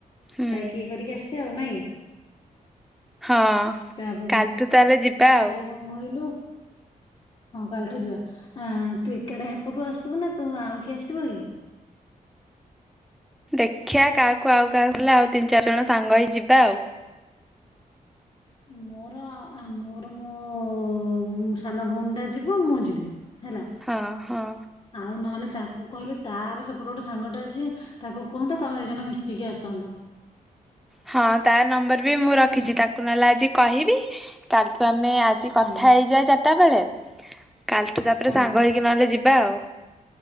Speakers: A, in the centre; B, on the left.
A: ହୁଁ।
B: ଯାଇକି ଇଏ କରିକି ଆସିବା ଆଉ ନାଇଁ।
A: ହଁ
B: ତାପରେ
A: କାଲିଠୁ ତାହେଲେ ଯିବା
B: ତାପରେ
A: ଆଉ।
B: କଣ କହିଲୁ ହଁ କାଲିଠୁ ଯିବା, ଆଁ ତୁ ଏକାଟିଆ ସେପଟୁ ଆସିବୁ ନା ତୁ ଆଉ କିଏ ଆସିବ କି?
A: ଦେଖିଆ କାହାକୁ ଆଉ କାହାକୁ ହେଲା ଆଉ ତିନି ଚାରି ଜଣ ସାଙ୍ଗ ହେଇ ଯିବା ଆଉ।
B: ମୋର ମୋର ମୋ ସାନ ଭଉଣୀ ଟା ଯିବ ମୁଁ ଯିବି। ହେଲା
A: ହଁ ହଁ
B: ଆଉ ନହେଲେ ତାକୁ କହିଲେ ତାର ସେପଟେ ଗୋଟେ ସାଙ୍ଗଟେ ଅଛି ତାକୁ କୁହନ୍ତ ତମେ ଦି ଜଣ ମିଶିକି ଆସନ୍ତ।
A: ହଁ ତାର ନମ୍ବର ବି ମୁଁ ରଖିଛି
B: ହେଲା
A: ତାକୁ ନହେଲେ ଆଜି କହିବି <unintelligible> ତମେ ଆଜି କଥା
B: ହଁ
A: ହେଇଯିବା ଚା ତା ବଲେଳେ କାଲିଠୁ ତାପରେ
B: ହଁ
A: ସାଙ୍ଗ ହେଇକି ନହେଲେ ଯିବି ଯିବା ଆଉ।